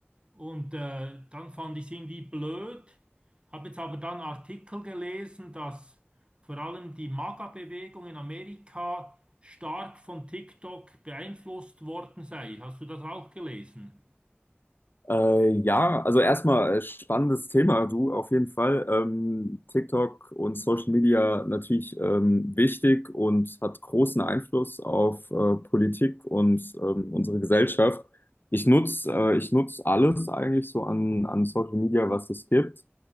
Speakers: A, on the right; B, on the left.
A: Und äh, dann fand ich es irgendwie blöd, habe jetzt aber dann Artikel gelesen, dass vor allem die MAGA-Bewegung in Amerika stark von TikTok beeinflusst worden sei. Hast du das auch gelesen?
B: Äh, ja, also erstmal äh, spannendes Thema, du auf jeden Fall. Ähm, TikTok und Social Media natürlich ähm, wichtig und hat großen Einfluss auf äh, Politik und ähm, unsere Gesellschaft. Ich nutz, äh, ich nutz alles eigentlich so an, an Social Media, was es gibt.